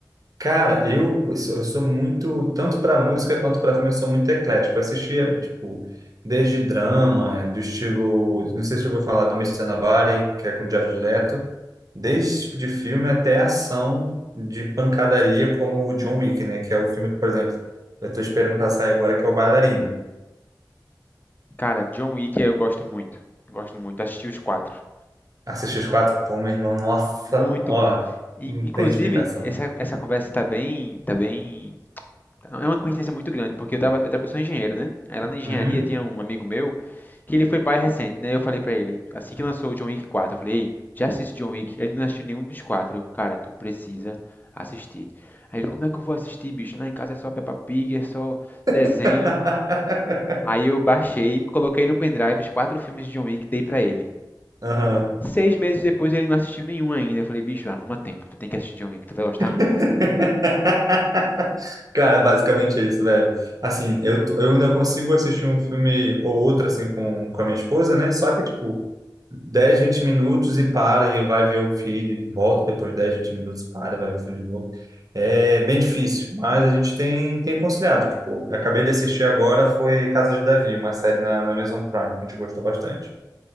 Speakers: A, on the right; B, on the left.
A: Cara, eu, eu sou eu sou muito, tanto para música quanto para filme, eu sou muito eclético. Eu assistia, tipo, desde drama, do estilo, não sei se você ouviu falar do Mr. Nobody, que é com Jared Leto, desde esse tipo de filme até ação de pancadaria, como o John Wick, né? Que é o filme que, por exemplo, eu tô esperando pra sair agora, que é o Bailarina.
B: Cara, John Wick eu gosto muito. Eu Gosto muito. Assisti os quatro.
A: Assisti os quatro, pô, meu irmão, nossa,
B: Muito
A: ó,
B: bom. E,
A: não
B: inclusive,
A: tem explicação.
B: essa, essa conversa tá bem, tá bem. É uma coincidência muito grande, porque eu tava, eu tava- eu sou engenheiro, né? Aí lá na engenharia
A: Uhum.
B: tinha um amigo meu que ele foi pai recente, né? Eu falei pra ele, assim que lançou o John Wick 4, eu falei, ei, já assisti John Wick? Ele não assistiu nenhum dos quatro. Eu, cara, tu precisa assistir. Aí ele, como é que eu vou assistir, bicho? Lá em casa é só Peppa Pig, é só desenho.
A: <laughs>
B: Aí eu baixei, coloquei no pendrive os quatro filmes de John Wick, e dei pra ele.
A: Aham.
B: Seis meses depois ele não assistiu nenhum ainda. Eu falei, bicho, arruma tempo, tu tem que assistir John que tu vai gostar
A: <laughs>
B: muito.
A: Cara, basicamente é isso, velho. Assim, eu, tô- eu ainda consigo assistir um filme ou outro, assim, com, com a minha esposa, né? Só que, tipo, 10 20 minutos e para, e vai ver o filho, volta depois de 10, 20 minutos, para e vai ver o filho de novo. É bem difícil, mas a gente tem, tem conciliado. Tipo, eu acabei de assistir agora, foi Casa de Davi, uma série na, na Amazon Prime, que a gente gostou bastante.